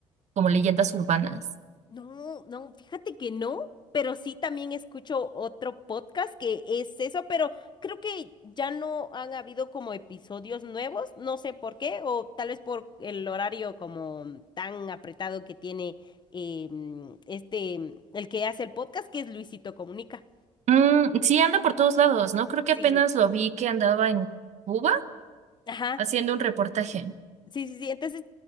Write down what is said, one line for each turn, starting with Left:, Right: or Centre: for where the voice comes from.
Right: como leyendas urbanas.
Left: No, no, fíjate que no, pero sí también escucho otro podcast que es eso, pero creo que ya no han habido como episodios nuevos, no sé por qué, o tal vez por el horario como tan apretado que tiene eh, mm, este, el que hace el podcast, que es Luisito Comunica.
Right: Mm, sí, anda por todos lados, ¿no? Creo que
Left: Sí,
Right: apenas lo vi que andaba en Cuba
Left: ajá,
Right: haciendo un reportaje.
Left: sí, sí, sí. Entonces